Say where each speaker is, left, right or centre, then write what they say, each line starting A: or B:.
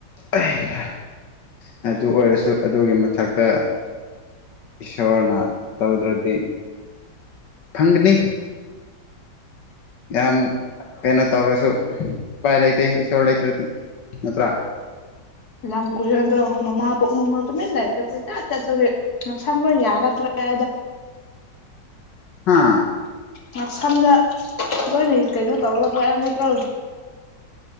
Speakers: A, on the left; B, on the left.
A: ꯑꯩ ꯍꯥ ꯑꯗꯨ ꯑꯣꯏꯔꯁꯨ ꯑꯗꯨꯒꯤ ꯃꯊꯛꯇ ꯏꯁꯣꯔꯅ ꯇꯧꯗ꯭ꯔꯗꯤ ꯐꯪꯒꯅꯤ ꯌꯥꯝ ꯀꯩꯅꯣ ꯇꯧꯔꯁꯨ ꯎꯄꯥꯏ ꯂꯩꯇꯦ ꯏꯁꯣꯔ ꯂꯩꯇ꯭ꯔꯗꯤ ꯅꯠꯇ꯭ꯔꯥ
B: ꯂꯝ ꯀꯨꯏꯔꯗꯣ ꯃꯃꯥ ꯄꯣꯛꯅꯨꯡꯗ ꯇꯨꯃꯤꯟꯅ ꯂꯩꯇꯦ ꯀꯨꯏꯆꯠ ꯆꯠꯄꯒꯤ ꯉꯛꯁꯥꯡ ꯂꯣꯏ ꯌꯥꯜꯂ ꯇꯣꯔꯦ
A: ꯍꯥ
B: ꯃ ꯁꯝꯖ ꯍꯅꯤ ꯀꯩꯅꯣ ꯇꯧꯔ ꯑꯊ ꯑ ꯃ ꯇ꯭ꯔ